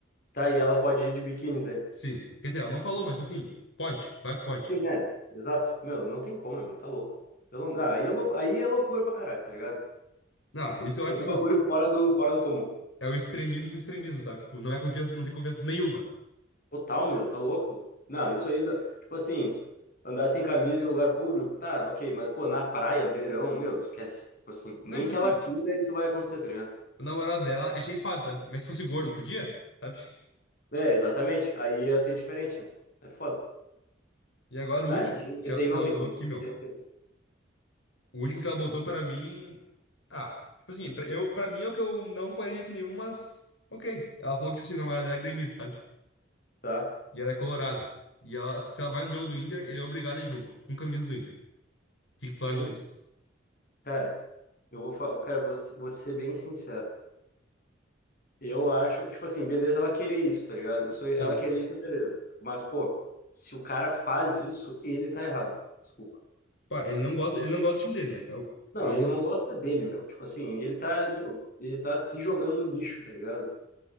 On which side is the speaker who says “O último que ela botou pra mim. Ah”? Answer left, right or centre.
Left